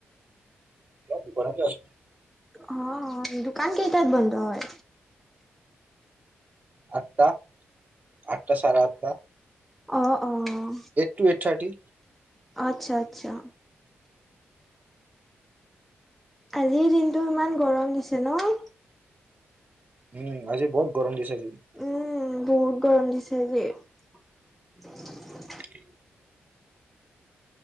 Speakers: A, on the right; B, in the centre.
A: মই ঘৰতে আছোঁ।
B: অ', অ', দোকান কেইটাত বন্ধ হয়?
A: আঠটাত, আঠটা চাৰে আঠটা।
B: অ', অ'।
A: তু এইট থাৰ্টি।
B: আচ্ছা, আচ্ছা। আজিৰ দিনটো ইমান গৰম দিছে ন'!
A: উম, আজি বহুত গৰম দিছে আজি।
B: উম, বহুত গৰম দিছে আজি। <inaudible>
A: <inaudible>